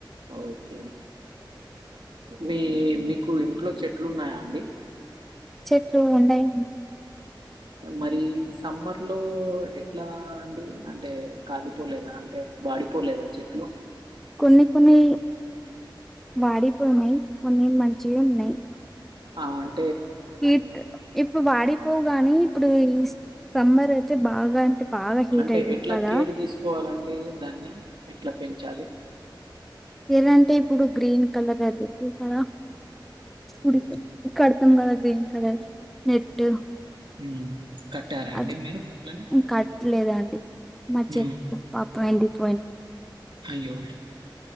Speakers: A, on the right; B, in the centre.
A: ఓకే మీ మీకు ఇంట్లో చెట్లున్నాయా అండి?
B: చెట్లు ఉన్నాయ్
A: మరి సమ్మర్ లో ఎట్లా అండి అంటే కాలిపోలేదా అంటే వ పడిపోలేదా చెట్లు
B: కొన్ని కొన్ని వాడిపోయినాయి. కొన్ని మంచివి ఉన్నాయి
A: ఆన్
B: హీట్ ఇప్పుడు వాడిపోవు గాని ఇప్పుడు ఈ సమ్మర్ అయితే బాగా అంటే బాగా హీట్
A: అంటే
B: అయింది
A: ఎట్లా
B: కదా
A: కేర్ తీసుకోవాలండి దాన్ని ఎట్లా పెంచాలి?
B: ఏదంటే ఇప్పుడు గ్రీన్ కలర్ అది అదేనా పుడిక
A: ఉమ్.
B: ఇక్కడ తామ్ కలర్ గ్రీన్ కలర్స్ నెట్టు
A: హ్మ్ కట్టారా అండి
B: అది
A: మీరు అట్లనే
B: ఇంకట్టలేదాండి మా
A: హ్మ్
B: చే పాప ఎంటిడి పోయిన
A: అయ్యో